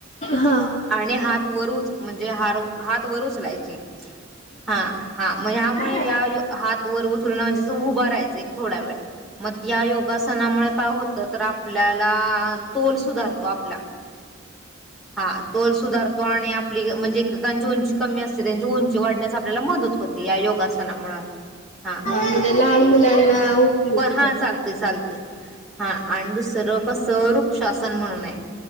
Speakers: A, on the left; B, in the centre.
A: हा हा.
B: आणि हात वर ऊच म्हणजे हर हात वर ऊचलायचे. हा हा म ह्यामुळे
A: बरोबर
B: या यो हात वर उचलून म्हणजचेच उभारा थोडयावेळ, म या योगासनामुळं काय होतं तर आपल्याला तोल सुधार तो आपला हा तोल सुधार तो आणि आपली गं म्हणजे एककांची उंची कमी असते त्यांची उंची वाढण्यास आप आपल्याला मदद होते या योगासनामुळं हा.
A: म्हणजे लहान मुलांना उपयुक्त.
B: प हा चालतंय चालतंय. हा आणि दुसरं कसं वृक्षासन म्हणून हाय